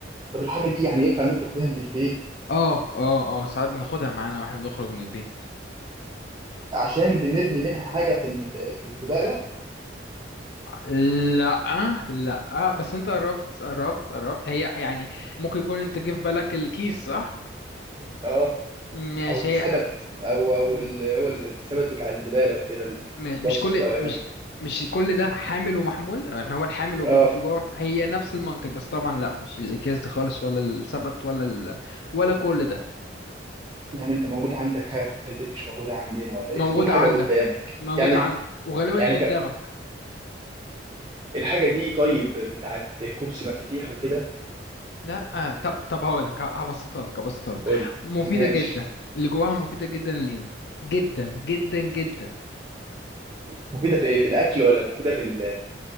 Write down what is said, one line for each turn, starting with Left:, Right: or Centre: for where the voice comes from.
Right: طب الحاجه دي يعني ينفع نخرج بيها من البيت
Left: آه آه آه ساعات بناخدها معانا وإحنا بنخرج من البيت
Right: عشان بنرمي منها حاجه في ال- في الزباله
Left: لا لا بس انت قربت قربت قربت هي يعني ممكن يكون انت جه في بالك الكيس صح
Right: اه
Left: ماشي
Right: او السبت
Left: هي
Right: او او
Left: مم.
Right: ال- هو السبت بتاع الزباله وكده
Left: ماشي مش
Right: الباسكت
Left: كل
Right: او اي
Left: مش
Right: حاجه
Left: مش كل ده حامل ومحمول يعني هو الحامل وبيبقى
Right: اه
Left: فيه جوه هي نفس المنطق بس طبعا لا مش الاكياس دي خالص ولا السبت ولا ال... ولا كل ده
Right: يعني انت موجود عندك حاجه في البيت مش موجوده عندنا ولا
Left: موجودة
Right: انت بتقول حاجه
Left: عندك
Right: قدامك
Left: موجودة
Right: يعني
Left: عندك وغالبا
Right: يعني
Left: قدامك
Right: ك- الحاجة دي طيب بتاعت كوبسي مفاتيح وكده
Left: لا آه، طب طب هقول لك هبسطها لك هبسطها لك
Right: قول
Left: مفيدة
Right: ماشي
Left: جدا اللي جواها مفيدة جدا لينا جدا جدا جدا
Right: مفيدة في ايه في الأكل ولا مفيدة في ال